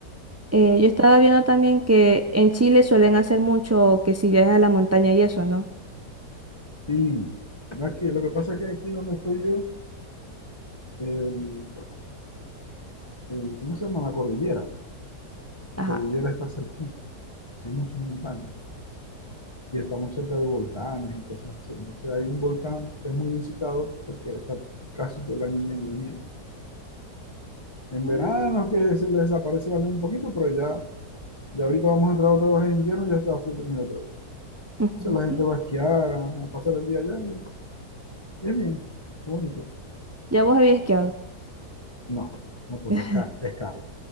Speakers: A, on the right; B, on the left.
A: Eh, yo estaba viendo también que en Chile suelen hacer mucho que si viajas a la montaña y eso, ¿no?
B: Sí, aquí, lo que pasa es que aquí donde estoy yo, el- el- ¿cómo se llama? La cordillera. La
A: Ajá.
B: cordillera está cerquita, hay muchas montañas. Y estamos cerca de volcanes y cosas así. O hay un volcán que es muy visitado porque está casi todo el año lleno de nieve. En
A: Mm.
B: verano es que se les desaparece la nieve un poquito, pero ya, ya ahorita vamos a entrar otra vez en invierno y ya está full de nieve otra vez.
A: <laughs>
B: Entonces la gente va a esquiar, a, a pasar el día allá y, y es bien, es bonito.
A: Ya vos habías esquiado.
B: No, no, porque
A: <laughs>
B: es, ca- es caro.